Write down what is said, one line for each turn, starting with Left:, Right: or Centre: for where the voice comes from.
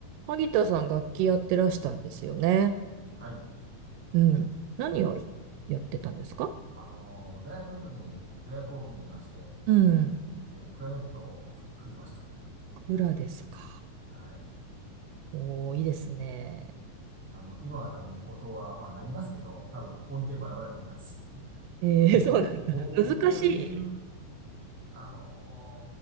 Right: 萩田さん楽器やってらしたんですよね。
Centre: はい。
Right: うん。何をやってたんですか
Centre: あのー大学の時に、大学を機にいまして、
Right: うん。
Centre: えっと、クラリネットを吹いてました。
Right: 枕ですか。
Centre: はい。
Right: おー、いいですね。
Centre: あの、今は多分音は、まあ、なりますけど、多分音程バラバラだと思います。
Right: うんえー、
Centre: <laughs> もう、
Right: <laughs> そうなんだ。
Centre: もう、
Right: 難しい。
Centre: もうにじゅうあの